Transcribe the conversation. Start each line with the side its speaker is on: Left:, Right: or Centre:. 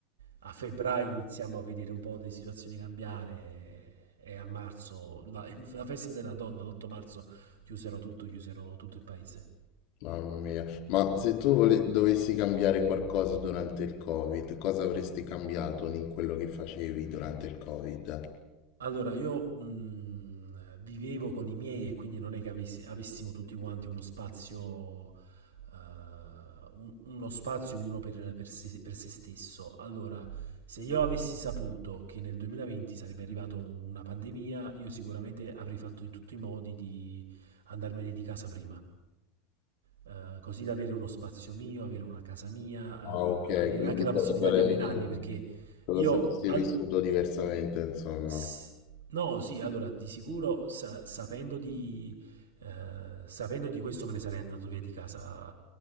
Right: a febbraio iniziamo a vedere un po' le situazioni cambiare e a marzo, la, <laughs> la festa della donna, l'8 marzo, chiusero tutto, chiusero tutto il paese.
Left: Mamma mia, ma se tu vole- dovessi cambiare qualcosa durante il Covid, cosa avresti cambiato in quello che facevi durante il Covid?
Right: Allora, io mh, vivevo con i miei e quindi non è che avessi- avessimo tutti quanti uno spazio, eh, un- uno spazio ognuno per, per se, per se stesso. Allora, se io avessi saputo che nel 2020 sarebbe arrivata una pandemia, io sicuramente avrei fatto in tutti i modi di andarmene di casa prima. Eh, così da avere uno spazio mio, avere una casa mia,
Left: Ah, ok,
Right: eh, avere
Left: quindi
Right: anche la
Left: te
Right: possibilità
Left: lo sarei-
Right: di allenarmi, perché
Left: te lo
Right: io
Left: saresti
Right: al-
Left: vissuto diversamente, insomma.
Right: S- No, sì, allora di sicuro sa- sapendo di, eh, sapendo di questo me ne sarei andato via di casa,